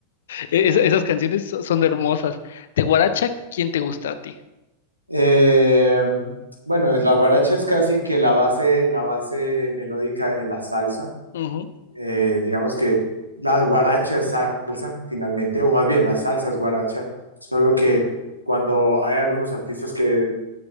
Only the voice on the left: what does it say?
e- esa- esas canciones so- son hermosas. De Guaracha, ¿quién te gusta a ti?
Ujú,